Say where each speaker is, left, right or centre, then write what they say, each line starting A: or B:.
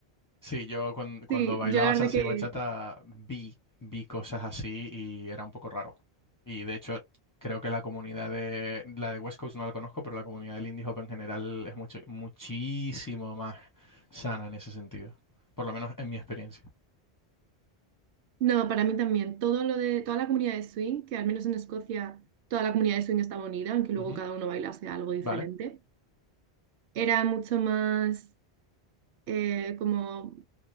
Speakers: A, on the left; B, on the right.
A: Sí, yo cuan- cuando,
B: Sí,
A: bailaba
B: yo la
A: salsa
B: verdad que...
A: y bachata vi, vi cosas así y era un poco raro. Y de hecho, creo que la comunidad de, la de West Coast no la conozco, pero la comunidad del indie hop en general es mucho, muchísimo más sana en ese sentido. Por lo menos en mi experiencia.
B: No, para mí también. Todo lo de toda la comunidad de swing, que al menos en Escocia toda la comunidad de swing estaba unida, aunque luego
A: Ujú.
B: cada uno bailase algo diferente,
A: ¿Vale?
B: era mucho más eh, como